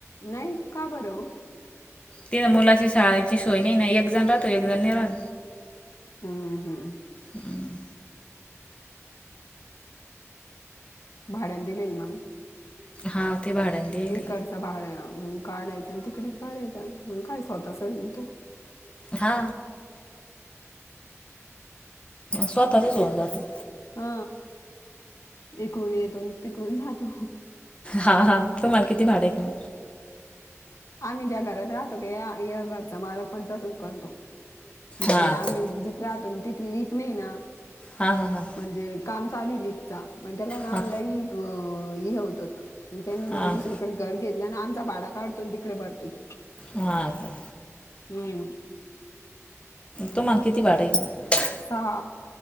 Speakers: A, on the left; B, on the left.
A: नाही का बरं वो.
B: ति मुलाची शाळेची सोय नाही नाही एक जण राहत एक जण नाही राहत.
A: हम्म हम्म,
B: हम्,
A: भाड्या दिलेल मग.
B: हा, ते भाड्याने. देईल
A: इकडच बाड काढायच आणि तिकडे करायचं मग काय स्वतःच तू.
B: हा, स्वतःचच होऊन जातो.
A: हा, इकडून येतो तिकडून जातो.
B: हा हा, तूम्हाला किती भाडा आहे.
A: आम्ही ज्या घरात राहतो क या घरचा मालक पण तसच करतो. म्हणजे
B: हा
A: आम्ही
B: का
A: जिथ राहतो तिथ लिप नाही ना.
B: हा हा हा,
A: म्हणजे काम चालू आहे लि तिचा. मग त्याला ना
B: हां
A: लई हे होत होतं त्या
B: हां
A: दुसरे. तिकडे घर घेतलं आणि आमचा भाडा काढतो तिकडे भरतो तो.
B: हा का,
A: हम्म,
B: तुम्हाला किती भाडं हाय इथं.
A: सहा.